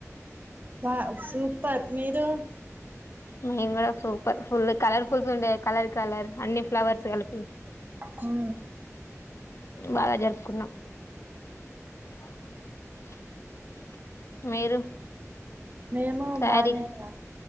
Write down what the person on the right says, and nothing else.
బా సూపర్ మీరు
హు
మేము
బానే రా